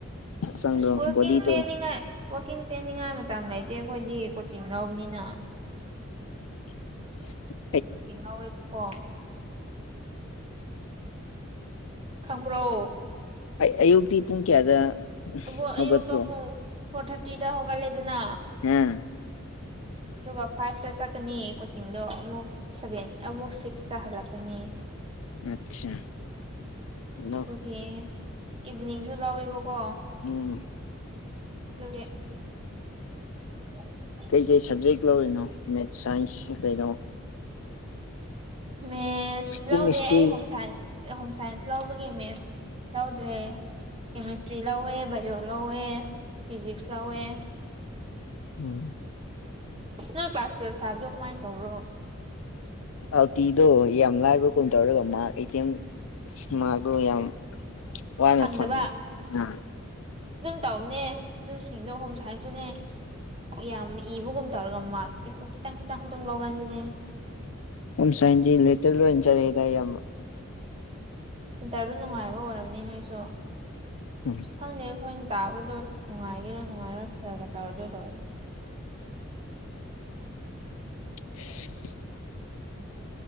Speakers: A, on the left; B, on the right.
A: ꯍꯛꯆꯥꯡꯗꯣ
B: ꯑꯁ ꯋꯥꯛꯀꯤꯡ
A: ꯕꯣꯗꯤꯗꯣ
B: ꯆꯦꯟꯅꯤꯡꯉꯥꯏ ꯋꯥꯛꯀꯤꯡ ꯆꯦꯟꯅꯤꯡꯉꯥꯏ ꯃꯇꯝ ꯂꯩꯇꯦ ꯑꯩꯈꯣꯏꯗꯤ ꯀꯣꯆꯤꯡ ꯂꯧꯕꯅꯤꯅ
A: <inaudible>
B: ꯎꯇꯤꯡ ꯉꯥ ꯑꯣꯏꯕꯀꯣ ꯈꯪ꯭ꯕꯔꯣ
A: ꯑꯩ ꯑꯌꯨꯛꯇꯤ ꯄꯨꯡ ꯀꯌꯥꯗ
B: ꯑ
A: ꯍꯧꯒꯠꯄ꯭ꯔꯣ
B: ꯑꯌꯨꯛꯇꯄ ꯐꯣꯔ ꯊꯥꯔꯇꯤꯗ ꯍꯧꯒꯠꯂꯦ ꯑꯗꯨꯅ
A: ꯑꯥ
B: ꯑꯗꯨꯒ ꯐꯥꯏꯚꯇ ꯆꯠꯀꯅꯤ ꯀꯣꯆꯤꯡꯗꯣ ꯑꯃꯨꯛ ꯁꯚꯦꯟ ꯑꯃꯨꯛ ꯁꯤꯛꯁꯇ ꯍꯜꯂꯛꯀꯅꯤ
A: ꯑꯠꯆꯥ ꯑꯗꯣ
B: <unintelligible> ꯏꯚꯤꯅꯤꯡꯁꯨ ꯂꯧꯋꯦꯕꯀꯣ
A: ꯎꯝ
B: <unintelligible> <unintelligible>
A: ꯀꯩ ꯀꯩ ꯁꯕꯖꯦꯛ ꯂꯧꯔꯤꯅꯣ ꯃꯦꯠꯁ ꯁꯥꯏꯟꯁ ꯀꯩꯅꯣ
B: ꯃꯦꯠꯁ
A: ꯀꯦꯃꯤꯁꯇ꯭ꯔꯤ
B: ꯂꯧꯗꯦ ꯑꯩ ꯍꯣꯝ ꯁꯥꯏꯟꯁ ꯍꯣꯝ ꯁꯥꯏꯟꯁ ꯂꯧꯕꯒꯤ ꯃꯦꯠꯁ ꯂꯧꯗ꯭ꯔꯦ ꯀꯦꯃꯤꯁꯇ꯭ꯔꯤ ꯂꯧꯋꯦ ꯕꯥꯏꯑꯣ ꯂꯧꯋꯦ ꯐꯤꯖꯤꯛꯁ ꯂꯧꯋꯦ
A: ꯎꯝ
B: ꯅꯪ ꯀ꯭ꯂꯥꯁ ꯇꯨꯋꯦꯜꯞ ꯊꯥꯕꯗꯣ ꯀꯃꯥꯏ ꯇꯧꯕ꯭ꯔꯣ
A: ꯑꯜꯇꯤꯗꯣ ꯌꯥꯝ ꯂꯥꯏꯕ꯭ꯔ ꯀꯨꯝ ꯇꯧꯔꯒ ꯃꯥ ꯑꯦ ꯇꯤ ꯑꯦꯝ ꯑꯗꯨ ꯌꯥꯝ ꯋꯥꯅ
B: ꯐꯪꯗꯕ
A: ꯐꯪꯉꯦ ꯎꯝ
B: ꯑꯗꯨꯝ ꯇꯧꯕꯅꯦ ꯑꯗꯨꯁꯤꯡꯗꯣ ꯍꯣꯝ ꯁꯥꯏꯟꯁꯇꯨꯅꯦ ꯌꯥꯝ ꯏꯕꯒꯨꯝ ꯇꯧꯔꯒ ꯃꯥꯇꯤꯀꯣ ꯈꯤꯇꯪ ꯈꯤꯇꯪ ꯑꯗꯨꯝ ꯂꯧꯒꯟꯕꯅꯦ
A: ꯎꯝ ꯁꯥꯏꯟꯁꯤꯇꯤ ꯂꯦꯇꯔ ꯂꫭꯏ ꯆꯥꯠꯂꯗꯦ ꯑꯌꯥꯝꯕ
B: ꯁꯤꯦꯟꯇꯔꯗꯨ ꯅꯨꯡꯉꯥꯏꯕ ꯑꯣꯏꯔꯕꯝꯅꯤ ꯅꯣꯏꯁꯨ
A: ꯎꯝ
B: ꯈꯪꯗꯦ ꯑꯩꯈꯣꯏꯅ ꯇꯥꯕꯗꯣ ꯅꯨꯡꯉꯥꯏꯈꯤꯔꯥ ꯅꯨꯡꯉꯥꯏꯔꯥ ꯐꯦꯜꯒ ꯇꯧꯔꯗꯣꯏ ꯂꯣꯏꯔꯦ
A: <unintelligible>